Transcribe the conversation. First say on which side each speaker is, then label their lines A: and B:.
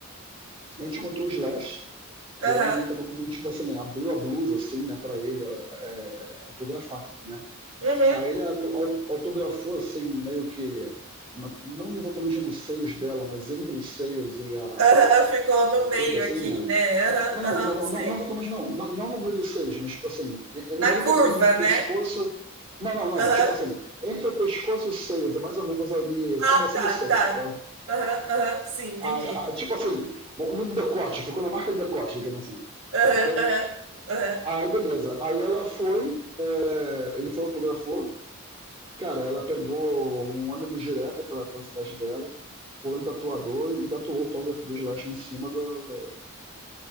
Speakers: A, on the right; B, on the right.
A: a gente encontrou o Slash,
B: aham,
A: e ela ele tava com, tipo assim, abriu a blusa, assim, né, pra ele é, autografar, né.
B: uhum,
A: Aí ele autografou, assim, meio que, como é, não exatamente nos seios dela, mas entre os seios e a
B: aham, ficou no
A: e o
B: meio
A: peito, assim,
B: aqui,
A: né.
B: né? Aham,
A: Não, não,
B: aham,
A: não, não,
B: sei.
A: não não exatamente não. não. Não no meio dos seios, mas, tipo assim, é, é no
B: Na
A: meio do
B: curva,
A: caminho entre o pescoço
B: né?
A: não, não, não.
B: Aham,
A: Tipo assim, entre o pescoço e os seios, é mais ou menos ali,
B: ah,
A: começando
B: tá,
A: o seio,
B: tá.
A: tá?
B: Aham, aham, sim, entendi.
A: A, a, tipo assim, no decote, ficou na marca do decote, digamos assim.
B: Aham,
A: Sacou?
B: aham, aham.
A: Aí beleza. Aí ela foi, é, ele foi autografou. Cara, ela pegou um ônibus direto pra, pra cidade dela, foi um tatuador e tatuou o autógrafo do Slash em cima do,